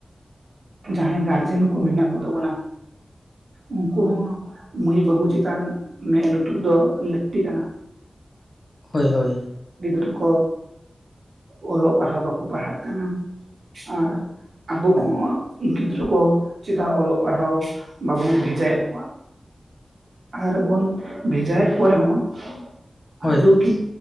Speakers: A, on the right; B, on the left.
A: ᱡᱟᱦᱟᱸᱭ ᱜᱟᱨᱡᱮᱱ ᱠᱚ ᱢᱮᱱᱟᱜ ᱠᱚ ᱛᱟᱵᱚᱱᱟ, ᱩᱝᱠᱩ ᱦᱚᱸ ᱢᱟᱹᱭ ᱵᱟᱹᱵᱩ ᱪᱮᱛᱟᱱ ᱢᱮᱜ ᱞᱩᱛᱩᱨ ᱫᱚ ᱞᱟᱹᱠᱛᱤ ᱠᱟᱱᱟ᱾
B: ᱦᱳᱭ ᱦᱳᱭ᱾
A: ᱜᱤᱫᱽᱨᱟᱹ ᱠᱚ ᱚᱞᱚᱜ ᱯᱟᱲᱦᱟᱣ ᱵᱟᱠᱚ ᱯᱟᱲᱦᱟᱜ ᱠᱟᱱᱟ᱾ ᱟᱨ ᱟᱵᱚ ᱦᱚᱸ ᱜᱤᱫᱽᱨᱟᱹ ᱠᱚ ᱪᱮᱫᱟᱜ ᱚᱞᱚᱜ ᱯᱟᱲᱦᱟᱣ ᱵᱟᱵᱚᱱ ᱵᱷᱮᱡᱟᱭᱮᱜ ᱠᱚᱣᱟ᱾ ᱟᱨ ᱵᱚᱱ ᱵᱷᱮᱡᱟᱭᱮᱜ ᱠᱚ ᱨᱮᱦᱚᱸ
B: ᱦᱳᱭ
A: ᱟᱡᱳᱣ ᱠᱤ